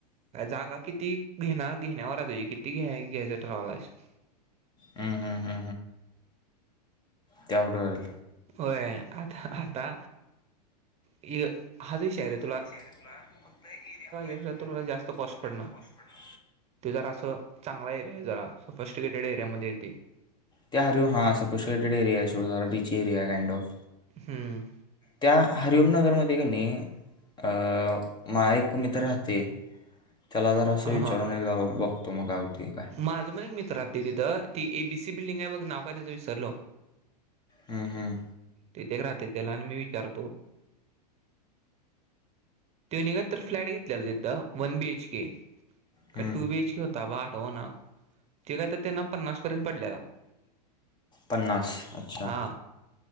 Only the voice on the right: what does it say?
जागा किती घेण्यावर देण्यावर हाय किती घ्या घ्यायच. ट्रल अस <unintelligible>
होय आता आता ये हाच विषय हाय रं.
असला तर तुला जास्त कॉस्ट पडणार
ते जरासं असं चांगला एरिया आहे जरा फस्टग्रेटेड एरियामध्ये येतंय.
हम्म.
हां
माझं पण एक मित्र राहतय तिथं ती एबीसी बिल्डिंग आहे बघ नाव काय त्याचं विसरलो.
तेथे एक राहतय त्याला आणि मी विचारतो ते निघ. तर फ्लॅट घेतलेला तिथं वन बीएच केे का
टू बीएच के होता बा आठवण. ते काय तर त्यांना पन्नास पर्यंत पडल्याला.
हा